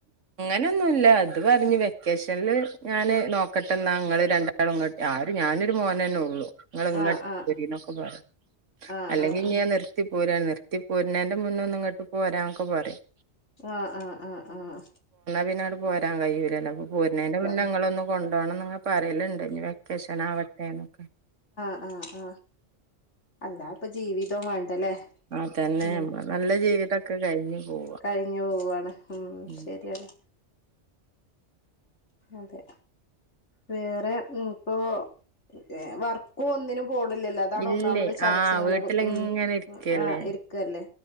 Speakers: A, on the right; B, on the left.
A: അങ്ങനെ ഒന്നുമല്ല അത് പറഞ്ഞഞ് വെക്കേഷനിില് ഞാന് നോക്കട്ടെന്നാ അങ്ങൾ രണ്ടാള ഇങ്ങോട്ട് ആര് ഞാനൊരു മോന തന്നെ ഉള്ളു ങ്ങ ഇങ്ങോട്ട്രി
B: ആഹ് ആഹ്
A: എന്നൊക്കെ പറയാം
B: ആഹ്
A: അല്ലെങ്കിൽ
B: ആഹ് ആഹ്
A: ഞാൻ നിർത്തി പോരാൻ നിർ എത്തി പോരേൻ്റെ മുന്നേ ഒന്ന് ഇങ്ങട്ട് പോരാാനൊക്കെ പറയും
B: ആഹ ആഹ് ആഹ് ആഹ
A: പിന്നെോട് പോരാ കയ്യൂരല്ലോ അപ്പ പരനേന്റെ മുന്നിൽ
B: ഉം
A: നിങ്ങളൊന്ന കൊ പോോണം പറയലുണ്ട് ക്കശൻ ആവട്ടെനൊക്കെ
B: ആഹ ആഹ അന്താ ഇപ്പൊ ജീവിതവും വേണ്ടല്ലേ
A: അതന്നെ
B: ഉ
A: നമ്മളെ നല്ല ജീവിതൊക്കെ കഴിഞ്ഞു പോവാ
B: കഴിഞ്ഞു പോവയാണ് ഉ
A: ഉം
B: ശരിയാണ് ഉ <unintelligible> അതെ വേറെ ഇപ്പോൊവർക്കും ഒന്നിനും ബോടില്ലല്ലോ അതാണ്
A: ഇല്ലേ
B: ഒന്നാമത് ചടച്ച്
A: ആഹ്
B: ഇങ്ങനെ
A: വീട്ടിലിങ്ങനെ
B: ഉ
A: ഇരിക്കല്ലേ
B: ആ് ഇരിക്കല്ലേ